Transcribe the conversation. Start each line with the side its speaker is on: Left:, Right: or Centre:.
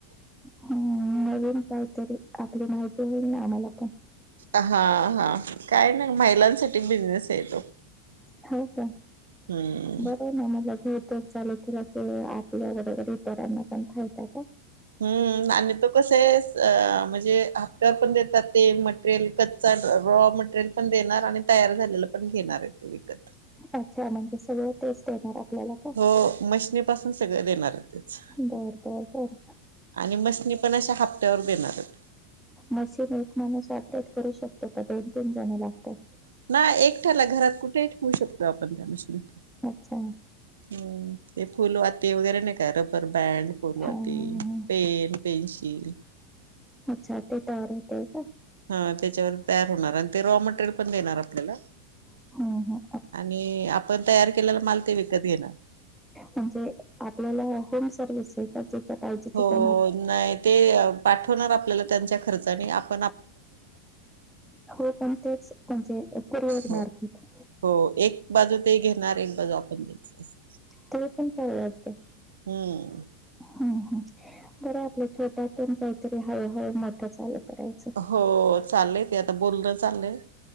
Centre: हम, नवीन काहीतरी. आपली माहिती होईल ना, आम्हाला पण.
Right: हा हा काय नाही महिलांसाठी बिझनेस ये तो
Centre: हो का
Right: हम्म
Centre: बरं ना मला <unintelligible> तर चालू केलेतर आपल्या बरोबर इतरांना पण फायदा का?
Right: हंमम आणि तो कस आहेस आआ म्हणजे हे हप्त्यावर पण देतात ते मटेरियल कच्चा <unintelligible> रॉ मटेरियल पण देणार, आणि तयार झालेलं पण घेणार आहे ते विकत.
Centre: अच्छा! म्हणजे सगळं तेच देणार आपल्याला का?
Right: हो मशनी पासून सगळं देनार आहेत. तेच
Centre: बर बर बर
Right: आणि मशनी पण अशा हप्त्यावर देेणार आहेत.
Centre: मशीन एक माणूस ऑपरेट करू शकतो, का दोन तीन जण लागतात.
Right: नाही एकट्याला, घरात कुठेही ठेवू शकतो आपण त्या मशीनी.
Centre: अच्छा.
Right: हमम, ते फुलवाती वगैरे नाही का, रबर बँड फुलवाती
Centre: हा, हा.
Right: पेन, पेनशील
Centre: अच्छा, ते तयार होतय का?
Right: हां! त्याच्यावर तयार होणार आणि ते रॉ मटेरियल पण देणार आपल्याला.
Centre: हम्म, हम्म.
Right: आणि, आपण तयार केलेला माल ते विकत घेणार.
Centre: म्हणजे, आपल्याला होम सर्व्हिस आहे का, जिथं पाहिजे तिथं
Right: हो नाही, ते पाठवणार आपल्याला त्यांच्या खर्चानी <unintelligible>
Centre: हो पण तेच, म्हणजे कुरिअर
Right: हो
Centre: मार्फत
Right: हो एक बाजू ते घेणार, एक बाजू आपण द्यायचं असं.
Centre: ते पण परवडतंय.
Right: हंममम
Centre: हंम हं बरं आपल्या छोट्यातून काहीतरी हळूहळू मोठं चालू करायचं.
Right: होओओ चाललेय ते आता बोलण चाललंय.